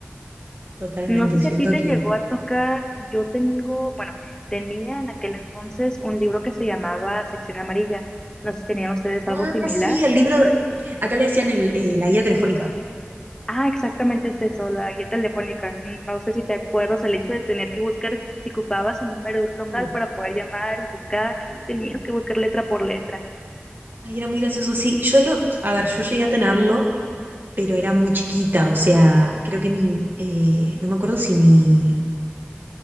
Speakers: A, on the right; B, on the left.
A: Totalmente,
B: No sé
A: siento
B: si a ti te
A: que...
B: llegó a tocar, yo tengo, bueno, tenía en aquel entonces un libro que se llamaba Sección Amarilla. No sé si tenían ustedes
A: Ah,
B: algo similar
A: sí, el libro, de- acá le decían el, eh, la guía telefónica.
B: Ah, exactamente es eso, la guía telefónica. No sé si te acuerdas el hecho de tener que buscar, si ocupabas el número de un local
A: Sí.
B: para poder llamar y buscar, ahí tenías que buscar letra por letra.
A: Ay, era muy gracioso, sí. Yo lo, a ver, yo llegué a tenerlo, pero era muy chiquita, o sea, creo que mi, eh, no me acuerdo si mi,